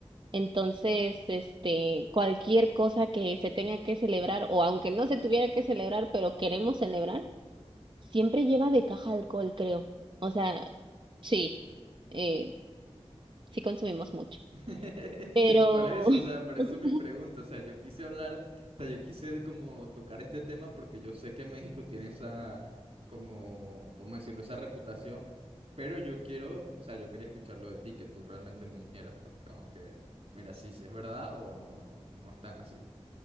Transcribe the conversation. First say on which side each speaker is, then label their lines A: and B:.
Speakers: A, on the right (about 45°); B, on the right (about 65°).
A: Entonces, este, cualquier cosa que se tenga que celebrar, o aunque no se tuviera que celebrar, pero queremos celebrar, siempre lleva de caja alcohol, creo. O sea, sí. eh, sí consumimos mucho.
B: <laughs>
A: Pero
B: Por eso, o sea, por eso
A: <laughs>
B: mi pregunta, o sea, yo quise hablar, o sea, yo quise como tocar este tema porque yo sé que México tiene esa, como, ¿cómo decirlo? Esa reputación, pero yo quiero, o sea, yo quería escucharlo de ti, que tú realmente me dijeras, pues, como que, mira, sí, sí es verdad o no, no es tan así.